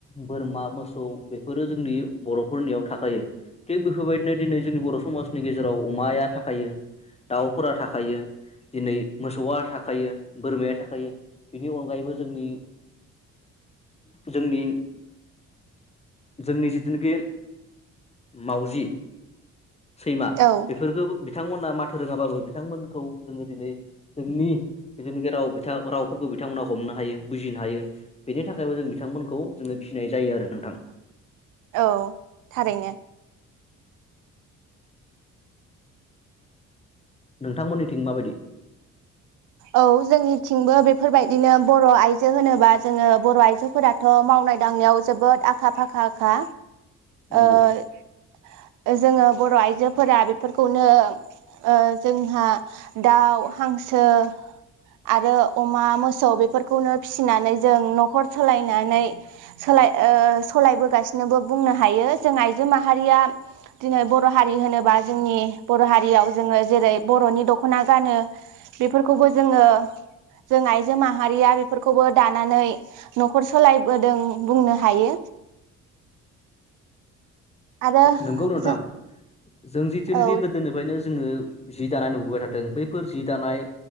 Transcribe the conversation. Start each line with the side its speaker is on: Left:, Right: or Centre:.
Left: बोरमा मोसौ बेफोरो जोंनि बर'फोरनियाव थाखायो थिग बे फोर बायदिनो दिनै जोंनि बर' समाजनि गेजे जेराव अमाया थाखायो दाउफोरा थाखायो दिनै मोसौआ थाखायो बोरमाया थाखायो बिनि अनगायैबो जोंनि जोंनि जोंनि जिथुनाखि मावजि सैमा
Right: औ
Left: बेफोरखौ बिथांमोना माथो रोङाबाबो बिथांमोनखौ जोङो दिनै जोंनि जिथुनाखि राव बिथां रावफोरखौ बिथांमोना हमनो हायो बुजिनो हायो बेनि थाखायबो जों बिथांमोनखौ जोङो फिनाय जायो आरो नोंथां
Right: औ थारैनो
Left: नोंथांमोननिथिं माबादि
Right: औ जोंनिथिंबो बेफोर बायदिनो बर' आइजो होनोबा जोङो बर' आइजोफोराथ' मावनाय दांनायाव जोबोद आखा फाखा खा
Left: नंगौ
Right: ओ जोङो बर' आइजोफोरा बेफोरखौनो ओ जोंहा दाउ हांसो आरो अमा मोसौ बेफोरखौनो फिसिनानै जों न'खर सालायनानै सोलाय ओ सलायबोगासिनोबो बुंनो हायो जों आइजो माहारिया दिनै बर' हारि होनोबा जोंनि बर' हारियाव जोङो जेरै बर'नि दखना गानो बेफोर खौबो जोङो जों आइजो माहारिया बेफोरखौबो दानानै न'खर सोलायबोदों बुंनो हायो आरो
Left: नंगौ नोंथां
Right: जों
Left: जों जिथुनोखि
Right: औ
Left: गोदोनिफ्रायनो जोङो जि दानाय नुबोबाय थादों बैफोर जि दानाय